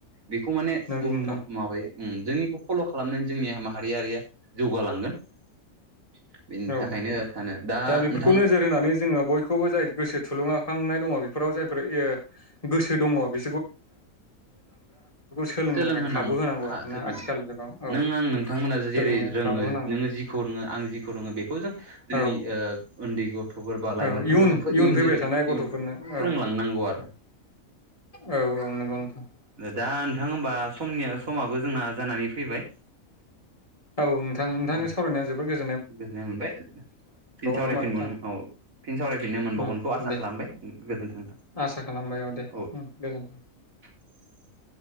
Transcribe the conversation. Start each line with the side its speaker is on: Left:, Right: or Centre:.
Right: बेखौ उम माने
Left: नंगौ नोंथां
Right: माबायो उम जोंनिखौ फल' खालामनानै जोंनि माहारियारिया जौगालांगोन । बेनि
Left: औ
Right: थाखायनो सानो दा
Left: बेफोरखौ
Right: नोंथां
Left: नोजोर होनानै जोङो बयखौबो जाय गोसो थुलुंगाखांनाय दङ बेफोराव जायफोर ओ गोसो दङ बि सोलोंनो
Right: सोलोंहांगौ
Left: थाखाय खाबु होनांगौ आरोखि
Right: -सोलोंहांगौ
Left: ना आथिखाल जुगाव औ
Right: नों आं नोंथांमोना जेरै
Left: सोलोंनो
Right: रोङो
Left: खाबु होनांगौ
Right: नोङो जिखौ रोङो आं जिखौ रों बेखौ जों जोंनि
Left: औ
Right: ओ उन्दै ग थ'फोर बा लाइमोनफोरखौ
Left: औ
Right: जों इयुन
Left: फैबाय
Right: जोलै
Left: थानाय
Right: इयुन
Left: गथ'फोरनो
Right: फोरोंलांनांगौ
Left: औ
Right: आरो ।
Left: औ- औ नोंगौ नोंथां ।
Right: दा नोंथां होमबा सम नि समाबो जोंना जानानै फैबाय
Left: औ नोंथां नोंथांजों
Right: औ
Left: सावरायनाय जोबोर गोजो
Right: गोजोननाय मोनबाय फिन सावरायफिनबावनो
Left: नामा नोंथां
Right: नों औ फिन सावरायफिननो मोनबावगोनखौ
Left: उम
Right: आसा
Left: दे
Right: खालामबाय गोजोनथों
Left: आसा खालामबाय दे
Right: औ ।
Left: उम गोजोन्थों।